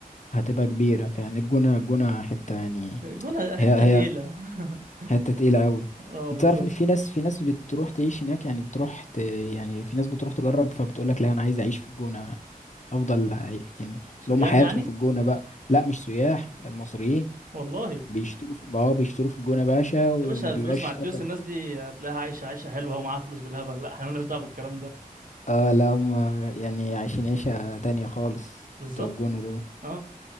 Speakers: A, on the left; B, on the right.
A: هتبقى كبيرة فعلا الجونة الجونة حتة يعني
B: الجونة
A: هي
B: حتة
A: هي
B: تقيلة <laughs>
A: حتة تقيلة اوي
B: اه
A: انت
B: بالظبط
A: تعرف ان في ناس في ناس بتروح تعيش هناك يعني بتروح ت... يعني في ناس بتروح تجرب فبتقولك لا انا عايز اعيش في الجونة افضل ع- يعني
B: سياح
A: اللي هم حياتهم
B: يعني
A: في الجونة بقى لا مش سياح مصريين
B: والله
A: بيشتروا في... اه بيشتروا في الجونة باشا وما
B: يا باشا
A: بيبقاش
B: الفلوس مع
A: سفر
B: التيوس الناس دي هتلاقيها عايشة عيشة حلوة ومعاها فلوس بالهبل لا احنا مالناش دعوة بالكلام ده
A: اه لا هم يعني عايشين عيشة تانية خالص
B: بالظبط
A: بتوع الجونة دول
B: اه